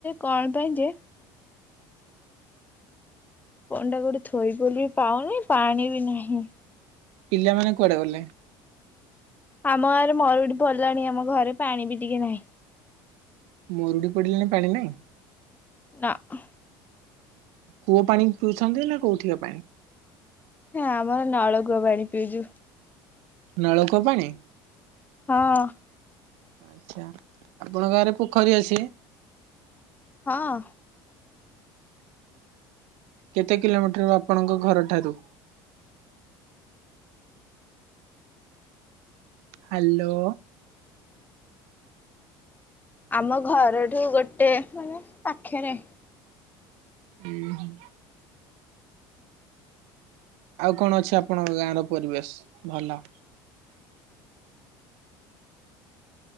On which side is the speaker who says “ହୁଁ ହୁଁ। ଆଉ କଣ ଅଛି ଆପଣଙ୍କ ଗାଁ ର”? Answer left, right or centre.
Right